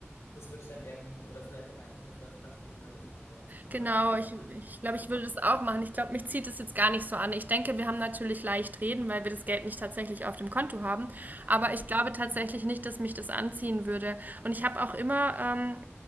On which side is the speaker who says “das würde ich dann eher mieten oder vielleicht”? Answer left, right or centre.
Left